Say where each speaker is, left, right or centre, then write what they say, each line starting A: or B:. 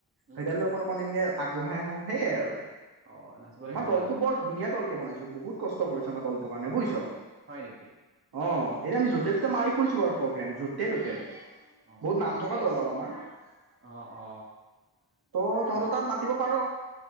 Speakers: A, on the right; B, on the right.
A: উম
B: সেইদাল লৈ অকণ অকন এনেকে আগবঢ়াই আহোঁ, সেয়াই আৰু।
A: অ', নাচিব
B: আমাৰ
A: লাগে
B: দলটো
A: ভাল।
B: বৰ ধুনীয়া তলকে বনাইছো, বহুত কষ্ট কৰিছো আমাৰ দলটো কাৰণে বুইছ'।
A: হয় নেকি?
B: অ', এতিয়া আমি য'তে ত'তে মাৰি ফুৰিছো বাৰু প্ৰগ্ৰেম, য'তে ততে
A: অ
B: বহুত নাম
A: ঠিকে
B: থকা দল
A: আছে
B: আৰু আমাৰ। ত',
A: অ অ
B: তহঁতৰ
A: বা
B: তাত মাতিব পাৰ'।